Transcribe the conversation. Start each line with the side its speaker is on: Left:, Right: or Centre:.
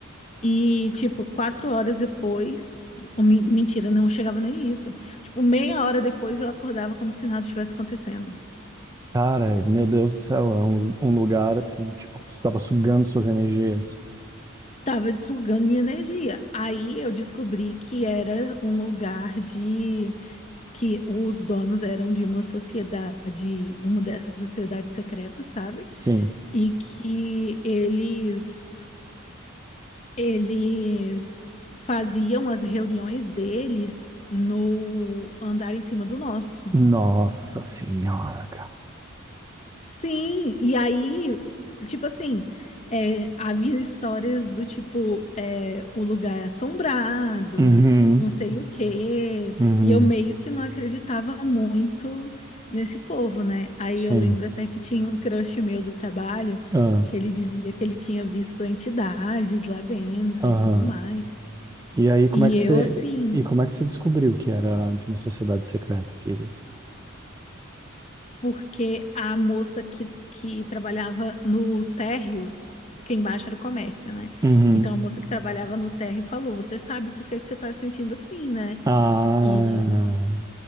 Left: E, tipo, quatro horas depois. ou men- Mentira, não chegava nem isso. Tipo, meia hora depois eu acordava como se nada estivesse acontecendo.
Right: Cara, meu Deus do céu, era um, um lugar assim, tipo, que estava sugando suas energias.
Left: Tava sugando minha energia. Aí eu descobri que era um lugar de. que os donos eram de uma sociedade, uma dessas sociedades secretas, sabe?
Right: Sim.
Left: E que eles Eles faziam as reuniões deles no andar em cima do nosso.
Right: Nossa senhora,
Left: Sim, e aí, tipo assim, é, havia histórias do tipo, é, o lugar é assombrado,
Right: Uhum,
Left: não sei o quê,
Right: uhum,
Left: e eu meio que não acreditava muito nesse povo, né? Aí
Right: sim.
Left: eu lembro até que tinha um crush meu do trabalho,
Right: Ah,
Left: que ele dizia que ele tinha visto entidades lá dentro
Right: aham.
Left: e tudo mais.
Right: E aí, como
Left: E
Right: é que
Left: eu,
Right: você,
Left: assim.
Right: e como é que você descobriu que era de uma sociedade secreta, querido?
Left: porque a moça que, que trabalhava no térreo, porque embaixo era o comércio, né?
Right: Uhum.
Left: Então a moça que trabalhava no térreo falou: Você sabe por que que você tá se sentindo assim, né?
Right: Ah,
Left: E,